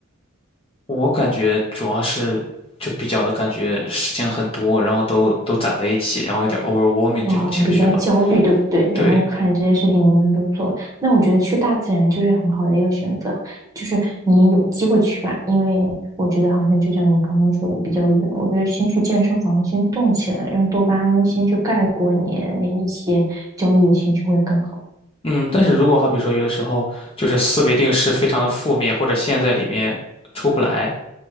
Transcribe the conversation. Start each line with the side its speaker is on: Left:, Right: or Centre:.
Left: 我感觉主要是就比较的感觉事情很多，然后都都攒在一起，然后有点 overwhelming
Right: 哦，
Left: 这种情绪吧。
Right: 比较焦虑，对不对？
Left: 对，
Right: 然后看这些事情能不能都做。那我觉得去大自然就是很好的一个选择，就是你有机会去吧，因为我觉得好像就像你刚刚说的比较远，我觉得先去健身房先动起来，让多巴胺先去盖过你那一些焦虑的情绪会更好。
Left: 嗯，但是如果好比说有的时候就是思维定势非常的负面，或者陷在里面出不来，